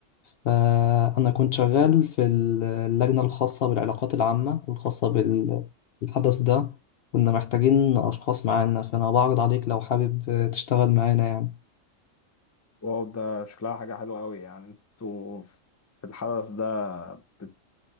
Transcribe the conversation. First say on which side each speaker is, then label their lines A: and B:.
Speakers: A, on the left (about 60°); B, on the left (about 25°).
A: فأنا كنت شغال في اللجنة الخاصة بالعلاقات العامة الخاصة بالحدث ده كنا محتاجين أشخاص معانا فأنا بعرض عليك لو حابب تشتغل معانا يعني
B: واو ده شكلها حاجه حلوه قوي يعني انتوا في الحدث ده بت